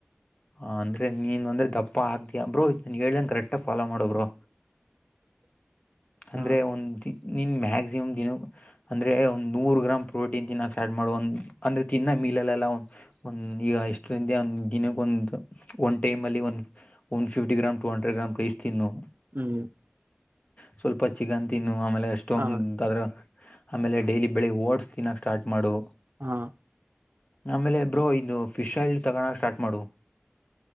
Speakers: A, on the left; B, on the right.
A: ಹ ಅಂದ್ರೆ ನೀನ್ ಅಂದ್ರೆ ದಪ್ಪ ಆಗ್ತಯಾ ಬ್ರೋಾನನ್ ಹೇಳ್ದನ್ ಕರೆಕ್ಟ ಫಾಲೋ ಮಾಡಬ್ರೋ
B: <inaudible>
A: ಅಂದ್ರೆ
B: ಹಾ
A: ಒಂದ ನಿನ್ ಮ್ಯ <unintelligible> <unintelligible> ಮ ಅಂದ್ರೆ ಒಂದು ನೂರು ಗ್ರಾಮ್ ಪ್ರೋಟೀನ್ ತಿನ್ನೋಕ್ ಸ್ಟಾರ್ ಮಾಡುವ ಅಂದ್ರೆ ತಿನ್ನ ಮೀಲಲ್ಲಲ್ಲ ಒಂದ್ ಈಗ ಎಷ್ಟು ದ ಒಂದ ದಿನ ಒಂದು ಒಂನ್ ಟೈಮಲ್ಲಿ one fifty gram two hundred gram <unintelligible> ತಿನ್ನು
B: ಹ್ಮ್
A: ಸ್ವಲ್ಪ ಚಿಕನ್ ತಿನ್ನು ಆಮೇಲೆ ಅಷ್ಟೊಂದದ್ರ
B: ಹಾ
A: <unintelligible> ಆಮೇಲೆ ಡೈಲಿ ಬೆಳಿಗ್ ಓಡ್ಸ್ ದಿನ ಸ್ಟಾರ್ಟ ಮಾಡು
B: ಹಾ
A: ಆಮೇಲೆ ಬ್ರೋ ಇದು ಫಿಶ್ಲ್ <unintelligible> ತಳ ಸ್ಟಾರ್ಟ್ ಮಾಡು